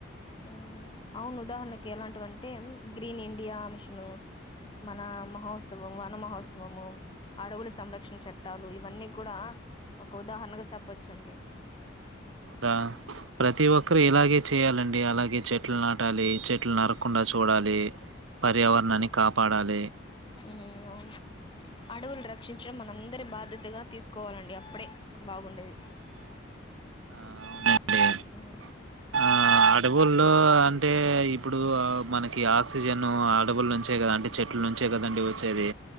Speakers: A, on the left; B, on the right.
A: మ్మ్ అవును ఉదాహరణకి ఎలాంటివంటే గ్రీన్ ఇండియా మిషను మన మహో త్సవం వన మహోత్సవము అడవుల సంరక్షణ చట్టాలు ఇవన్నీ కూడా ఒక ఉదాహరణగా చెప్పచ్చండి
B: కదా ప్రతి ఒక్కరు ఇలాగే చేయాలండి అలాగే చెట్లు నాటాలి చెట్లు నరకుండా చూడాలి పర్యావరణాన్ని కాపాడాలి
A: మ్ అవును అడవులు రక్షించడం మన అం దరి బాధ్యతగా తీసుకోవాలండి అప్పుడే బాగుండేది
B: ఆ అవునండి
A: మ్మ్
B: ఆ అడవుల్లో అంటే ఇప్పుడు డు మనకి ఆక్సిజన్ అడవుల నుంచే కదా అంటే చెట్లు నుంచే కదండి వచ్చేది